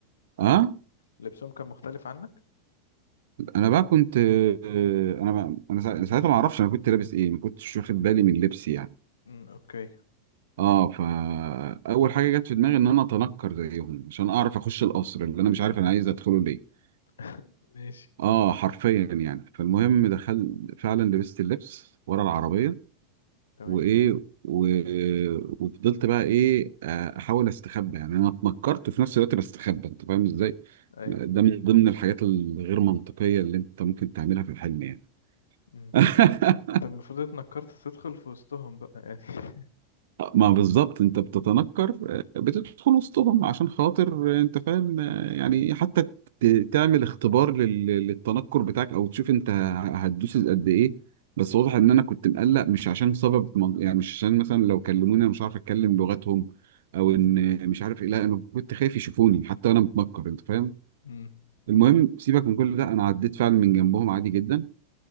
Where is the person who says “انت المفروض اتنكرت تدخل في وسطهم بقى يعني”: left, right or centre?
Left